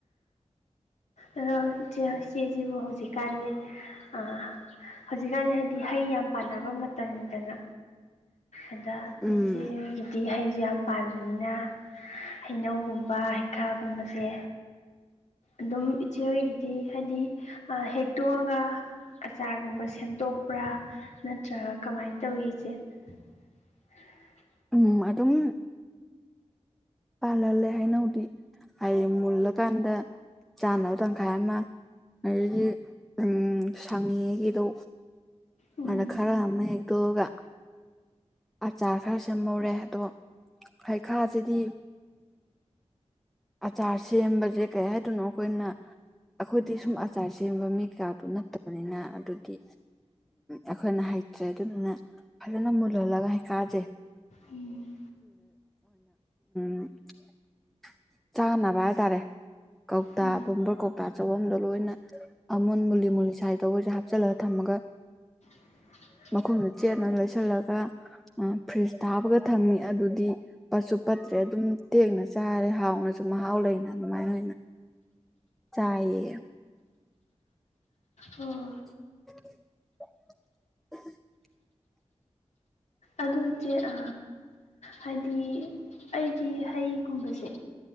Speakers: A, on the left; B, in the centre.
A: ꯑꯗꯣ ꯏꯆꯦ ꯏꯆꯦꯖꯤꯕꯨ ꯍꯧꯖꯤꯛꯀꯥꯟꯖꯦ ꯑꯥ ꯍꯧꯖꯤꯛꯀꯥꯟꯁꯦ ꯍꯥꯏꯗꯤ ꯍꯩ ꯌꯥꯝ ꯄꯥꯟꯅꯕ ꯃꯇꯝꯅꯤꯗꯅ ꯑꯗ
B: ꯎꯝ
A: ꯏꯆꯦꯒꯤꯗꯤ ꯍꯩꯖꯦ ꯌꯥꯝ ꯄꯥꯟꯕꯅꯤꯅ ꯍꯩꯅꯧꯒꯨꯝꯕ ꯍꯩꯈꯥꯒꯨꯝꯕꯁꯦ ꯑꯗꯨꯝ ꯏꯆꯦ ꯍꯣꯏꯒꯤꯗꯤ ꯍꯥꯏꯗꯤ ꯍꯦꯛꯇꯣꯛꯑꯒ ꯑꯆꯥꯔꯒꯨꯝꯕ ꯁꯦꯝꯗꯣꯛꯄ꯭ꯔꯥ ꯅꯠꯇ꯭ꯔꯒ ꯀꯃꯥꯏꯅ ꯇꯧꯏ ꯏꯆꯦ ꯎ <inaudible>
B: ꯎꯝ ꯑꯗꯨꯝ ꯄꯥꯜꯂꯂꯦ ꯍꯩꯅꯧꯗꯤ ꯍꯥꯏꯗꯤ ꯃꯨꯜꯂꯀꯥꯟꯗ ꯆꯥꯅꯕ <unintelligible> ꯎꯝ ꯁꯪꯉꯤꯉꯩꯒꯤꯗꯣ
A: ꯎꯝ
B: ꯑꯗ ꯈꯔ ꯑꯃ ꯍꯦꯛꯇꯣꯛꯑꯒ ꯑꯆꯥꯔ ꯈꯔ ꯁꯦꯝꯍꯧꯔꯦ ꯑꯗꯣ ꯍꯩꯈꯥꯁꯤꯗꯤ ꯑꯆꯥꯔ ꯁꯦꯝꯕꯁꯦ ꯀꯩ ꯍꯥꯏꯗꯣꯏꯅꯣ ꯑꯩꯈꯣꯏꯅ ꯑꯩꯈꯣꯏꯗꯤ ꯁꯨꯝ ꯑꯆꯥꯔ ꯁꯦꯝꯕ ꯃꯤ ꯀꯌꯥꯗꯨ ꯅꯠꯇꯕꯅꯤꯅ ꯑꯗꯨꯗꯤ ꯑꯩꯈꯣꯏꯅ ꯍꯩꯇꯕ ꯍꯩꯇ꯭ꯔꯦ ꯑꯗꯨꯗꯨꯅ ꯐꯖꯅ ꯃꯨꯜꯍꯜꯂꯒ ꯍꯩꯈꯥꯁꯦ
A: ꯎꯝ
B: <unintelligible> ꯆꯥꯅꯕ ꯍꯥꯏꯇꯥꯔꯦ ꯀꯧꯇꯥ
A: ꯎꯝ
B: ꯕꯣꯝꯕꯔ ꯀꯧꯇꯥ ꯆꯐꯝꯗꯣ ꯂꯣꯏꯅ ꯑꯃꯨꯟ ꯃꯨꯂꯤ ꯃꯨꯂꯤ ꯁꯥꯏ ꯇꯧꯕꯁꯦ ꯍꯥꯞꯆꯤꯜꯂꯒ ꯊꯝꯃꯒ
A: <inaudible>
B: ꯃꯈꯨꯝꯗꯣ ꯆꯦꯠꯅ ꯂꯣꯏꯁꯤꯜꯂꯒ ꯐ꯭ꯔꯤꯖ ꯇꯥ ꯍꯥꯞꯄꯒ ꯊꯝꯃꯤ ꯑꯗꯨꯗꯤ ꯄꯠꯁꯨ ꯄꯠ ꯇ꯭ꯔꯦ ꯑꯗꯨꯝ ꯇꯦꯡꯅ ꯆꯥꯔꯦ ꯍꯥꯎ ꯍꯧꯅꯁꯨ ꯃꯍꯥꯎ ꯂꯩꯅ ꯑꯗꯨꯃꯥꯏꯅ ꯑꯣꯏꯅ ꯆꯥꯏꯌꯦ
A: ꯑꯣ
B: <inaudible>
A: ꯑꯗꯨꯆꯦ ꯑ ꯍꯥꯏꯗꯤ ꯑꯩꯗꯤ ꯍꯩꯒꯨꯝꯕꯁꯦ